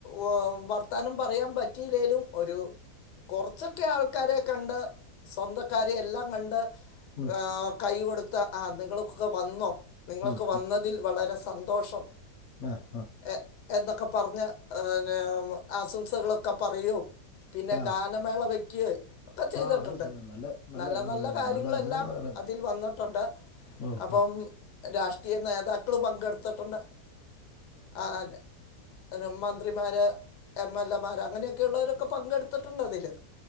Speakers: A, on the left (about 75°); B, on the left (about 55°).
A: ഓം വർത്താനം പറയാൻ പറ്റിയില്ലെലും ഒരു കുറച്ചൊക്കെ ആൾക്കാരെ കണ്ട് സ്വന്തക്കാരെ എല്ലാം കണ്ട്
B: ഉം,
A: ആഹ് കൈ കൊടുത്ത ആഹ് നിങ്ങളൊക്കെ വന്നോ നിങ്ങളൊക്കെ
B: ഉം,
A: വന്നതിൽ വളരെ സന്തോഷം
B: ആഹ് ആഹ്
A: എഹ് എന്നൊക്കെ പറഞ്ഞ് പിന്നെ ആശംസകളൊക്കെ പറയും പിന്നെ
B: ആ.
A: ഗാനമേള വയ്ക്ക്യ ഒക്കെ ചെയ്തിട്ടുണ്ട്
B: ആ അത് ശരി നല്ല
A: നല്ല
B: അതെ,
A: നല്ല
B: അതെ,
A: കാര്യങ്ങളെല്ലാം
B: ഒരു- ഇത് വളരെ.
A: അതിൽ വന്നി ട്ടുണ്ട്
B: ഉം, ഉം.
A: അപ്പം രാഷ്ട്രീയ നേതാക്കൾ പങ്കെടുത്തിട്ടുണ്ട് ആതെ മന്ത്രിമാര് എം എൽ എമാർ അങ്ങനെയൊക്കെയുള്ളവരൊക്കെ പങ്കെടുത്തിട്ടുണ്ട് അതില്